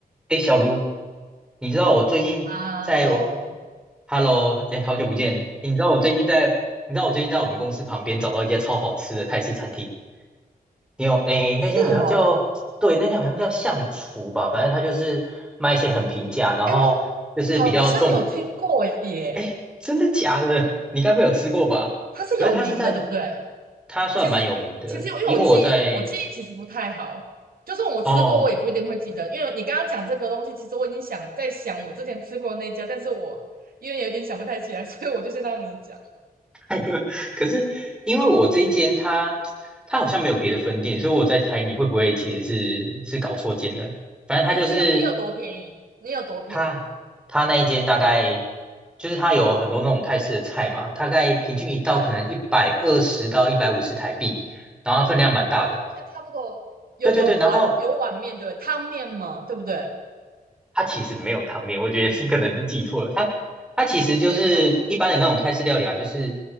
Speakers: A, in the centre; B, on the right.
A: 哎，小卢，你知道我最近在我
B: 哈 e
A: ，Hello，哎，好久不见。诶你知道我最近在，你知道我最近在我们公司旁边找到一家超好吃的泰式餐厅。你有，哎，那间好像叫，
B: 是哦，
A: 对，那间好像叫象厨吧，反正它就是卖一些很平价，然后就是比较重。
B: 哎，我好像有听过耶，
A: 哎，真的假的？你该不会有吃过吧？
B: 它是有名的，
A: 可是它是在，
B: 对不对？
A: 它算蛮有名的，
B: 其实其实因为我记忆我记忆其实不太好，
A: 因为我在，
B: 就算我吃过，
A: 哦。
B: 我也不一定会记得，因为你刚刚讲这个东西，其实我已经想在想我之前吃过那一家，但是我因为有点想不太起来，<laughs> 所以我就先让你讲，
A: <laughs> 可是因为我这一间它它好像没有别的分店，所以我在猜你会不会其实是是搞错间了。反正它就是
B: 你你有你有多便宜？你有多便宜？
A: 它它那一间大概就是它有很多那种泰式的菜嘛，大概平均一道可能一百二十到一百五十台币，
B: 对
A: 然后它分量蛮大的。
B: 对对对，差不多，有有碗有碗面对不对？
A: 对对对，然后
B: 汤面嘛，对不对
A: 它其实没有汤面，我觉得你可能是记错了。它它其实就是一般的那种泰式料理啊，
B: ？OK，好，
A: 就是